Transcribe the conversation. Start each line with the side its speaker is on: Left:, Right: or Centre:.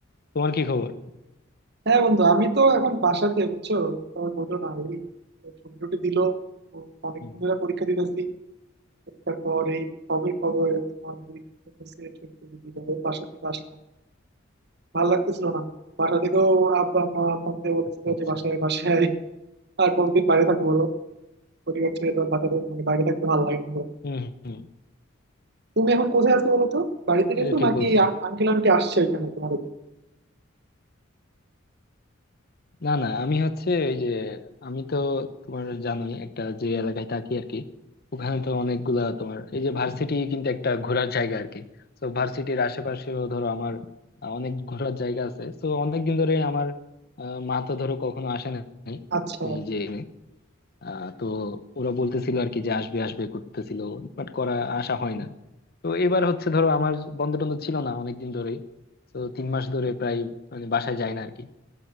Left: তোমার কি খবর
Right: হ্যাঁ বন্ধু আমি তো এখন বাসাতে বুঝছো তোমার বললো না এই ছুটি টুটি দিল অনেকদিন
Left: হুম,
Right: ধরে পরীক্ষা দিতেছি পরীক্ষার পর এই কবে কবে তোমার দুই দিন হচ্ছে ছুটি টুটি দিল এই বাসার দিকে আসলাম ভালো লাগতেছিল না বাসা থেকেও আব্বা মা ফোন দিয়ে বলছিল
Left: আচ্ছা আচ্ছা
Right: যে বাসায় বাসায় আয়। আর কতদিন বাইরে থাকবো বলো পরিবার ছেড়ে তো আর বাসাতে মানে বাইরে থাকতে ভালো লাগে না তো।
Left: হম হম
Right: তুমি এখন কোথায় আছো বলো তো বাড়িতে গেছো
Left: এটা ঠিক
Right: নাকি
Left: বলছো
Right: আঙ্কেল আন্টি আসছে ওইখানে তোমার
Left: না না আমি হচ্ছে ওই যে আমি তো তোমার জানোই একটা যে এলাকায় থাকি আর কি ওখানে তো অনেকগুলা তোমার এই যে ভার্সিটি কিন্তু একটা ঘোরার জায়গা আর কি তো ভার্সিটির আশেপাশেও ধরো আমার আহ, অনেক ঘোরার জায়গা আছে তো অনেকদিন ধরে আমার আহ, মা তো ধরো কখনো আসে নাই
Right: আচ্ছা
Left: এই যে আহ, তো ওরা বলতেছিল আর কি যে আসবে আসবে করতেছিল বাট করা আসা হয় না তো এবার হচ্ছে ধরো আমার বন্ধ টন্ধ ছিল না অনেকদিন ধরেই তো তিন মাস ধরে প্রায় মানে বাসায় যায় না আরকি